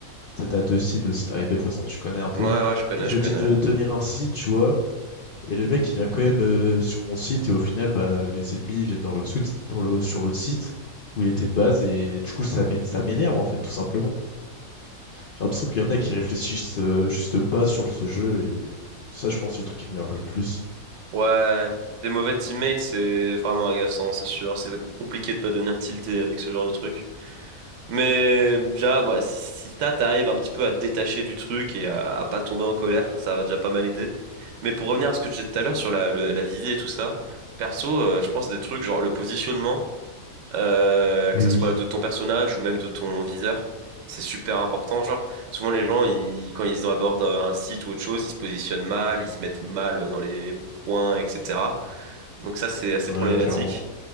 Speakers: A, on the left (about 70°); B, on the right (about 65°).
A: Tu sais, t'as deux sites, le site A et B, de toute façon, tu connais un peu.
B: Ouais, ouais, je connais,
A: Je
B: je
A: lui
B: connais.
A: dis de tenir un site, tu vois, et le mec, il vient quand même euh, sur mon site, et au final, bah, les ennemis viennent dans l'autre site, dans le, sur l'autre site où il était de base, et du coup, ça m'é- ça m'énerve, en fait, tout simplement. J'ai l'impression qu'il y en a qui réfléchissent euh, juste pas sur ce jeu et ça, je pense, c'est le truc qui m'énerve le plus.
B: Ouais, des mauvais teammates, c'est vraiment agaçant, c'est sûr. C'est compliqué de pas devenir tilté avec ce genre de truc. Mais déjà, ouais, si, si t'as- t'arrives un petit peu à te détacher du truc et à, à pas tomber en colère, ça va déjà pas mal aider. Mais pour revenir à ce que je disais tout à l'heure sur la, le- la visée et tout ça, perso, euh, je pense des trucs genre le positionnement, euh, que
A: Oui,
B: ça soit de ton personnage ou même de ton viseur, c'est super important. Genre, souvent les gens, ils, quand ils abordent euh, un site ou autre chose, ils se positionnent mal, ils se mettent mal euh, dans les points, etc. Donc ça, c'est assez
A: ouais,
B: problématique.
A: clairement.